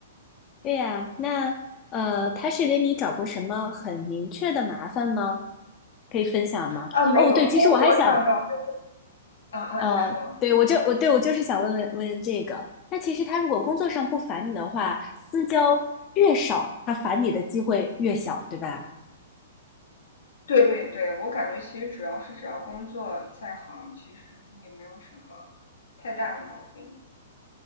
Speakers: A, on the left (about 25°); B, on the left (about 80°).
A: 对呀，那呃，他是给你找过什么很明确的麻烦吗？可以分享吗？
B: 啊，没有，
A: 哦，对，其实我还想，
B: 工作上倒没有，啊啊，
A: 呃，
B: 你说。
A: 对，我就我对我就是想问问问这个。那其实他如果工作上不烦你的话，私交越少，他烦你的机会越小，对吧？
B: 对对对，我感觉其实主要是只要工作在行，其实也没有什么太大的毛病。